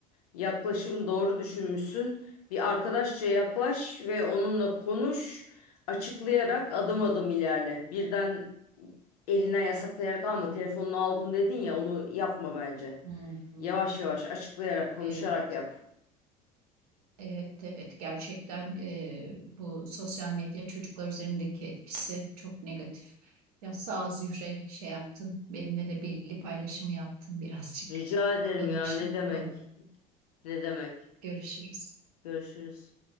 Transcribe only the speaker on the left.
Yaklaşım doğru düşünmüşsün. Bir arkadaşça yaklaş ve onunla konuş. Açıklayarak adım adım ilerle. Birden elinden yasaklayarak alma. Telefonunu aldım dedin ya onu yapma bence.
Yavaş yavaş açıklayarak, konuşarak
yap.
Rica ederim
ya ne demek?
Ne demek?
Görüşürüz.